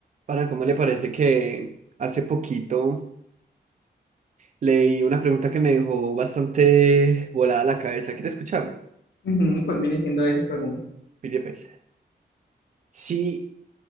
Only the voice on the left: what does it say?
Ujú, ¿Cuál viene siendo esa pregunta?